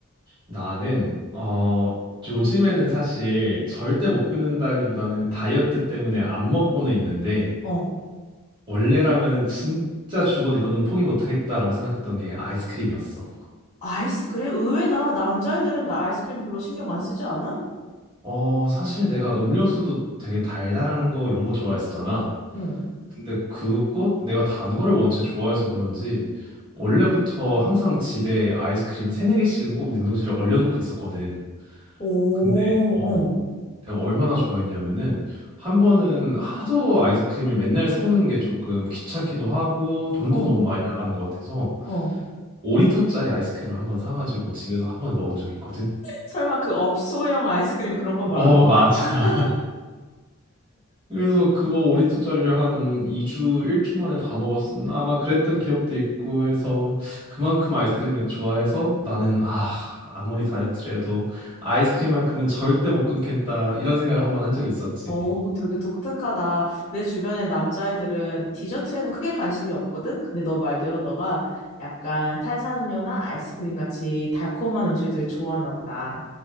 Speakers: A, on the right; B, on the left.
A: 나는, 어, 요즘에는 사실 절대 못 끊는다기보다는 다이어트 때문에 안 먹고는 있는데,
B: 어.
A: 원래라면은 진짜 죽어도 이거는 포기 못 하겠다라고 생각했던 게 아이스크림이었어.
B: 아이스크림? 의외다. 남자애들은 나 아이스크림 별로 신경 안 쓰지 않아?
A: 어, 사실 내가 음료수도 되게 달달한 거 이런 거 좋아했었잖아.
B: 응.
A: 근데 그거 내가 단 거를 원체 좋아해서 그런지 원래부터 항상 집에 아이스크림 세네 개씩은 꼭 냉동실에 얼려놓고 있었거든.
B: 오,
A: 근데 어,
B: 어,
A: 내가 얼마나 좋아했냐면은 한 번은 하도 아이스크림을 맨날 사오는 게 조금 귀찮기도 하고 돈도
B: 어,
A: 너무 많이 나가는 것 같아서
B: 어.
A: 5리터짜리 아이스크림 한번 사가지고 집에서 한 번에 먹은 적이 있거든.
B: 설마 그 업소형 아이스크림 그런 거 말하는
A: 어,
B: 거
A: 맞아.
B: 아니야? <laughs>
A: 그래서 그거 5리터짜리를 한 2주, 1주 만에 다 먹었었나? 아마 그랬던 기억도 있고 해서 그만큼 아이스크림을 좋아해서 나는 아, 아무리 다이어트를 해도 아이스크림만큼은 절대 못 끊겠다. 이런 생각을 한번 한 적이 있었지.
B: 어우, 되게 독특하다. 내 주변의 남자애들은 디저트에는 크게 관심이 없거든? 근데 너 말대로 너가 약간 탄산음료나 아이스크림 같이 달콤한 음식을 되게 좋아하나 보다.